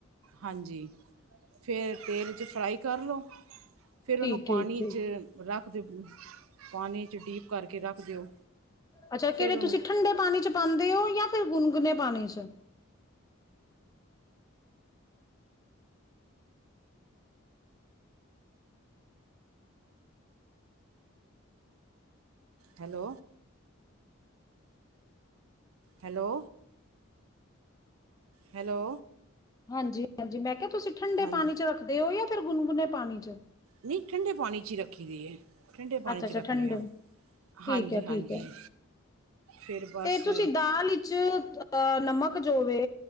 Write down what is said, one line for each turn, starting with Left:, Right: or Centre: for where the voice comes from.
Right: ਹਾਂਜੀ ਫਿਰ ਤੇਲ ਚ ਫਰਾਈ ਕਰ ਲਉ। ਫਿਰ
Left: ਠੀਕ-ਠੀਕ-ਠੀਕ
Right: ਉਨੂੰ ਪਾਣੀ ਚ ਰੱਖ <unintelligible> ਪਾਣੀ ਚ ਡੀਪ ਕਰਕੇ ਰੱਖ ਦਿਓ।
Left: ਅੱਛਾ
Right: ਫਿਰ
Left: ਕਿਹੜੇ ਤੁਸੀਂ ਠੰਡੇ ਪਾਣੀ ਚ ਪਾਂਦੇ ਓ ਜਾਂ ਫਿਰ ਗੁਣਗੁਣੇ ਪਾਣੀ ਚ।
Right: ਹੈਲੋ। Hello, hello.
Left: ਹਾਂਜੀ ਹਾਂਜੀ। ਮੈਂ ਕਿਆ ਤੁਸੀਂ ਠੰਡੇ
Right: ਹਾਂਜੀ
Left: ਪਾਣੀ ਚ ਰੱਖਦੇ ਓ ਜਾਂ ਫਿਰ ਗੁਨਗੁਨੇ ਪਾਣੀ ਚ।
Right: ਨਈਂ ਠੰਡੇ ਪਾਣੀ ਚ ਈ ਰੱਖੀ ਦੀ ਐ। ਠੰਡੇ ਪਾਣੀ
Left: ਅੱਛਾ-ਅੱਛਾ
Right: ਚ ਰੱਖਣੇ
Left: ਠੰਡੇ
Right: ਆਂ।
Left: ਠੀਕ
Right: ਹਾਂਜੀ,
Left: ਐ-ਠੀਕ
Right: ਹਾਂਜੀ।
Left: ਐ
Right: ਫਿਰ ਬਸ
Left: ਤੇ ਤੁਸੀਂ ਦਾਲ ਚ ਨਮਕ ਜੋਵੇ